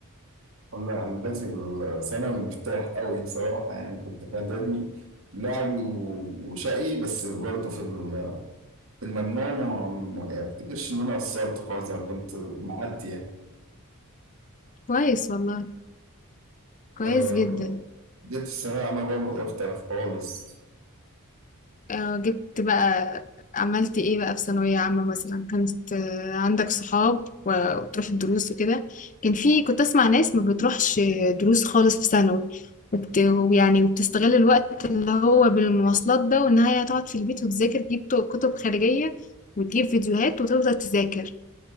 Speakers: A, on the right; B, on the left.
A: ولا أنا داخل ثانوي مرتاح قوي بصراحة يعني كنت في إعدادي لعب و- وشقي بس برضو في ال- في المجموع ما ما أفتكرش إن أنا قصرت خالص أنا كنت معدي يعني
B: كويس والله كويس
A: آه،
B: جدا
A: جيت في الثانوية العامة بقى الموضوع اختلف خالص
B: آه جبت بقى عملت ايه بقى في ثانوية عامة مثلا كانت آه، عندك صحاب و- وبتروح الدروس وكده كان في كنت اسمع ناس ما بتروحش دروس خالص في ثانوي وبت... يعني وبتستغل الوقت اللي هو بالمواصلات ده وان هي هتقعد في البيت وتذاكر تجيب كتب خارجية وتجيب فيديوهات وتفضل تذاكر